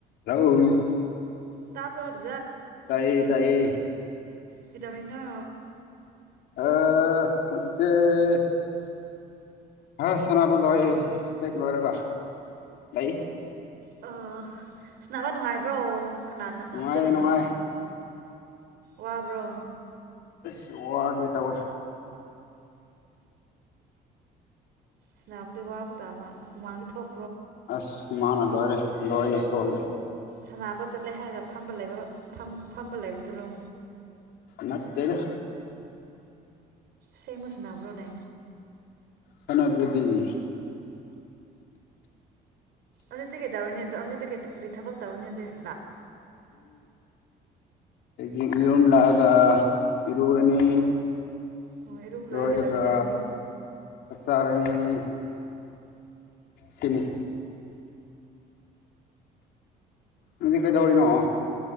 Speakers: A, on the left; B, on the right.
A: ꯍꯥꯜꯂꯣ
B: ꯇꯕꯥꯔꯣ
A: ꯇꯥꯏꯌꯦ ꯇꯌꯦ
B: ꯀꯩꯗꯧꯔꯤꯅꯤ
A: <unintelligible> ꯍꯣꯏ ꯁꯥꯟꯅꯕꯣ ꯂꯣꯏ ꯑꯩ ꯍꯦꯛ ꯂꯣꯏꯔꯒ ꯂꯩ
B: ꯑ ꯁꯥꯅꯕ ꯅꯨꯡꯉꯥꯏꯕ꯭ꯔꯣ ꯀꯅꯥ ꯀꯅꯥ ꯁꯅꯕ
A: ꯅꯨꯪꯉꯥꯏ
B: ꯆꯠꯂꯤꯅꯣ
A: ꯅꯨꯪꯉꯥꯏ
B: ꯋꯥꯕ꯭ꯔꯣ
A: ꯑꯁ ꯋꯥꯒꯦ ꯇꯧꯋꯦ
B: ꯁꯅꯥꯕꯗ ꯋꯥꯕ ꯇꯕ ꯍꯨꯃꯥꯡꯗꯤ ꯊꯣꯛ
A: ꯑꯁ ꯁꯨꯃꯥꯟꯅꯂꯣꯏꯔꯦ ꯂꯣꯏꯅꯁꯣꯜꯂꯦ
B: ꯁꯥꯟꯅꯕ ꯆꯠꯂꯦ ꯍꯥꯏꯔꯒ ꯐꯝꯕ ꯂꯩꯕ ꯐꯝ ꯐꯝꯕ ꯂꯩꯕꯗꯨꯔꯣ
A: ꯅꯥꯏꯇꯦꯗꯥ
B: ꯁꯤ ꯃꯁꯅꯥꯕ꯭ꯔꯣꯅꯦ
A: ꯁꯅꯗ ꯔꯗꯤꯅꯤ
B: ꯑꯩꯗꯤ ꯀꯩꯗꯧꯅꯤ ꯑ ꯀꯩ ꯀꯔꯤ ꯊꯕꯛ ꯇꯧꯅꯤ ꯑ
A: ꯑꯆ ꯌꯨꯝ ꯂꯥꯛꯑꯒ ꯏꯔꯨꯅꯤ
B: ꯑꯣ ꯏꯔꯨꯕ
A: ꯂꯣꯏꯔꯒ
B: ꯂꯣꯏꯔ ꯀꯩꯗꯧ ꯀꯩꯗꯧꯔꯅꯤ
A: ꯆꯥꯛꯆꯥꯥꯅꯤ ꯎꯝ ꯁꯤꯅꯤ ꯅꯪꯗꯤ ꯀꯩꯗꯧꯔꯤꯅꯣ